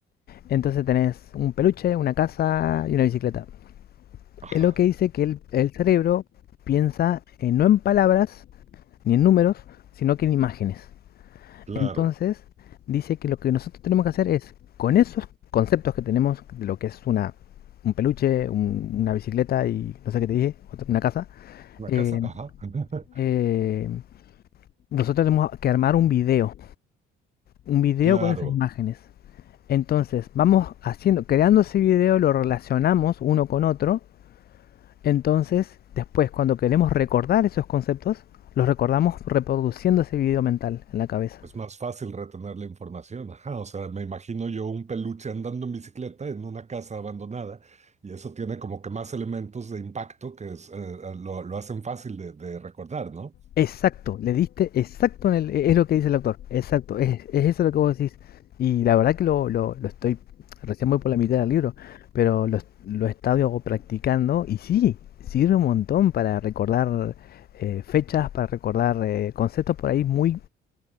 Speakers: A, on the left; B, on the right.
A: Entonces tenés un peluche, una casa y una bicicleta.
B: ajá,
A: Es lo que dice que el, el cerebro piensa eh, no en palabras ni en números, sino que en imágenes.
B: claro.
A: Entonces dice que lo que nosotros tenemos que hacer es, con esos conceptos que tenemos de lo que es una, un peluche, un- una bicicleta y no sé qué te dije, otra- una casa,
B: La
A: eh,
B: casa, ajá. <laughs>
A: eh, nosotros tenemos que armar un video, un video
B: Claro.
A: con esas imágenes. Entonces vamos haciendo, creando ese video, lo relacionamos uno con otro Entonces, después, cuando queremos recordar esos conceptos, los recordamos reproduciendo ese video mental en la cabeza.
B: Es más fácil retener la información. Ajá, o sea, me imagino yo un peluche andando en bicicleta en una casa abandonada y eso tiene como que más elementos de impacto que es, eh, eh, lo, lo hacen fácil de, de recordar, ¿no?
A: Exacto, le diste exacto en el, e, es lo que dice el autor, exacto, es, es eso lo que vos decís. Y la verdad que lo, lo, lo estoy, recién voy por la mitad del libro, pero lo, lo he estado practicando y sí, sirve un montón para recordar eh, fechas, para recordar eh, conceptos por ahí muy,